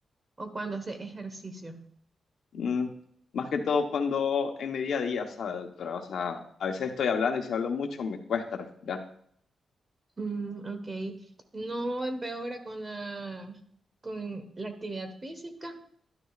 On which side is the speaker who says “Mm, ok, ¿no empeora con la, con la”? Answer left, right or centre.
Right